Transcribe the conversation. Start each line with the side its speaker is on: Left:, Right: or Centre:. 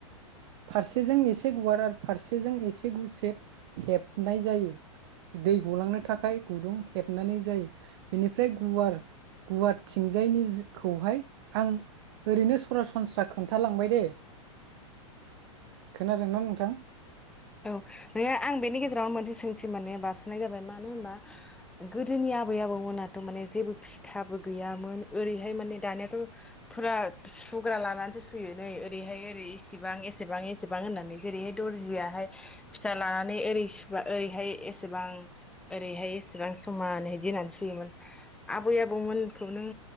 Right: फारसेजों एसे गुवार आरो फारसेजों एसे गुसेब हेबनाय जायो। दै गलांनो थाखाय गुदुं हेबनानै जायो बेनिफ्राय गुवार गुवार थिंजायनिखौहाय आं ओरैनो सरासनस्रा खोन्थालांबाय दे खोनादोंना नोंथां।
Centre: औ नङा आं बेनि गेजेरावनो मोनसे सोंथि माने बारसनाय जाबाय मानो होनबा गोदोनि आबै आबौमोनाथ माने जेबो फिथाबो गैयामोन ओरैहाय माने दानियाथ फुरा सुग्रा लानानैसो सुयो नै ओरैहाय ओरै एसेबां एसेबां एसेबां होननानै जेरैहाय दर्जियाहाय फिथा लानानै ओरै सुबा ओरैहाय एसेबां ओरैहाय एसेबां समान इदि होननानै सुयोमोन आबै आबौमोनखौ नों